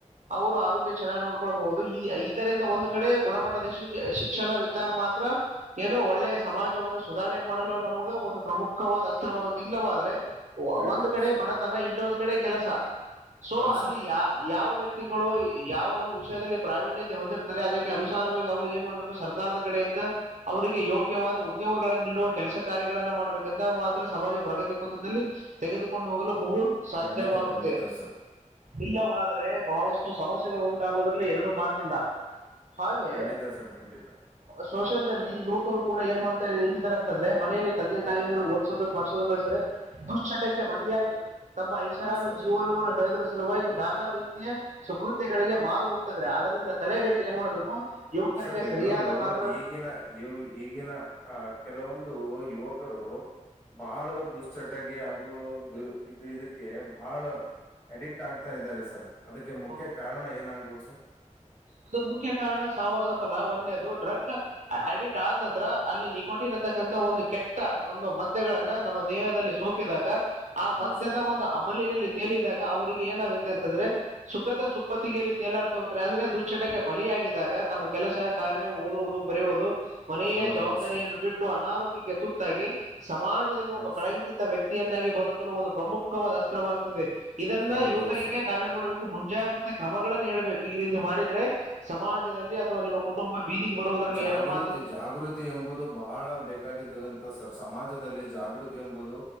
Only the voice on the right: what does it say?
ಅವರು ಆರೋಗ್ಯ ಚೆನ್ನಾಗಿ ನೋಡ್ಕೊಳ್ಬಹುದು ಇದರಿಂದ ಒಂದು ಕಡೆ ಗುಣಮಟ್ಟದ ಶಿಕ್ಷಣವಿದ್ದಾಗ ಮಾತ್ರ ಏನೋ ಒಳ್ಳೆಯ ಸಮಾಜವನ್ನು ಸುಧಾರಣೆ ಮಾಡಲು ನಮಗೆ ಒಂದು ಪ್ರಮುಖವಾದ ಅಸ್ತ್ರವಾಗುತ್ತೆ ಇಲ್ಲವಾದ್ರೆ
ಒಂದ್ ಕಡೆ
ಬಡತನ ಇನ್ನೊಂದ್ ಕಡೆ ಕೆಲಸ ಸೊ
ಅಲ್ಲಿ
ಯಾ ಯಾವ ವ್ಯಕ್ತಿಗಳು ಯಾವ ಒಂದು ವಿಷಯದಲ್ಲಿ ಪ್ರಾವೀಣ್ಯತೆ ಹೊಂದಿರ್ತಾರೆ ಅದಕ್ಕೆ ಅನುಸಾರವಾಗಿ ಅವರು ಏನ್ ಮಾಡ್ಬೇಕು ಸರ್ಕಾರದ ಕಡೆಯಿಂದ ಅವರಿಗೆ ಯೋಗ್ಯವಾದ ಉದ್ಯೋಗಗಳನ್ನು ನೀಡುವ ಕೆಲಸ ಕಾರ್ಯಗಳನ್ನ ಮಾಡ್ಬೇಕಂದ ಮಾತ್ರ ಸಮಾಜ ಪ್ರಗತಿ ಪಥದಲ್ಲಿ ತೆಗೆದುಕೊಂಡು ಹೋಗಲು ಬಹು ಸಾಧ್ಯವಾಗುತ್ತೆ
ಇಲ್ಲವಾದರೆ ಬಹಳಷ್ಟು ಸಮಸ್ಯೆಗಳುಟ ವುದ್ರಲ್ಲಿ ಎರಡು ಮಾತಿಲ್ಲ ಹಾಗೆ
ಸೋಷಲ್ದಲ್ಲಿ ಗೂ ಮಕ್ಕರು ಕೂಡ ಏನ್ ಮಾಡತಾ ಇದಾರೆ ಅಂತಂದ್ರೆ ಮನೇೆಯಲ್ಲಿ ತಂದೆ, ತಾಯಿ ಅಂದ್ರೆ ಓದಸೋದ ಬರ್ಸೋದ ಅಂದ್ರೆ, ದುಶ್ಚಟಕ್ಕೆ ಬಲಿಯಾಗಿ ತಮ್ಮ ಐಷಾರಾಮಿ
ಜೀವನವನ್ನು ಕಳೆದರ ಸಲುವಾಗಿ, ನಾ ರೀತಿಯ ಸುಕೃತ್ಯಗಳಿಗೆ ಮಾರು ಹೋಗ್ತ ಇದಾರೆ. ಅದರಿಂದ, ತಡೆಗಟ್ಟಿ ಏನ್ ಮಾಡ್ಬೇಕು
ಯುವಕರಿಗೆ
ಸರಿಯಾದ
ಮಾರ್ಗಗಳಲ್ಲಿ
ಹೌದು
ಅದು ಮುಖ್ಯ ಕಾರಣ ಸವಾಸ ಫಲ ಒನ್ನೆದು ಡ್ರಗ್ ಅಡಿಕ್ಟ್ ಆದ ನಂತರ, ಅಲ್ಲಿ ನಿಕೋಟಿತಕ್ಕಂತ ಒಂದು ಕೆಟ್ಟ ಒಂದು ಮದ್ದಗಳನ್ನ ನಮ್ಮ ದೇಹದಲ್ಲಿ ಸೋಕಿದಾಗ, ಆ
ಮಧ್ಯದ
ಒಂದು ಅಮಲಿನಲ್ಲಿ, ತೇಲಿದಾಗ ಅವ್ರರಿಗೆ ಏನಾಗುತ್ತೆ ಅಂತಂದ್ರೆ ಸುಖದ ಸುಪ್ಪತ್ತಿಗೆಲ್ಲಿ ತೇಲಾಡ್ತಾ ಹೋಗ್ತಾರೆ. ಅಂದ್ರೆ ದು ಶಕ್ಷಟಗೆ ಬಲಿಯಾಗಿದ್ದಾಗ ತಮ್ಮ, ಕೆಲಸ, ಕಾರ್ಯ ಓದುವುದು, ಬರೆಯುವುದು, ಮನೆಯ
ಜವಾಬ್ದಾರಿಯನ್ನು
ಬಿಟ್ಟು. ಅನಾರೋಗ್ಯ ಗೆ ತುತ್ತಾಗಿ, ಸಮಾಜದಲ್ಲಿ ಒಬ್ಬ
ಕಳಂಕಿತ
ವ್ಯಕ್ತಿ, ವ್ಯಕ್ತಿಯನ್ನಾಗಿ ಬದುಕಲು ಒಂದು ಪ್ರಮುಖವಾದ ಅಸ್ತ್ರವಾಗುತ್ತದೆ. ಇದನ್ನ
ಯುವಕರಿಗೆ
ನಾವೇನ್ ಮಾಡ್ಬೇಕು, ಮುಂಜಾಗೃತಿ ಕ್ರಮಗಳಗಳನ್ನು ಹೇಳ್ಬೇಕು. ಈ ರೀತಿ ಮಾಡ ದ್ರೆ ಸಮಾಜದಲ್ಲಿ ಅಥವಾ, ನಿಮ್ಮ ಕುಟುಂಬ, ಬೀದಿಗೆ ಬರೋದ್ರಲ್ಲಿ
ಎರಡು ಮಾತಲ್ಲಿ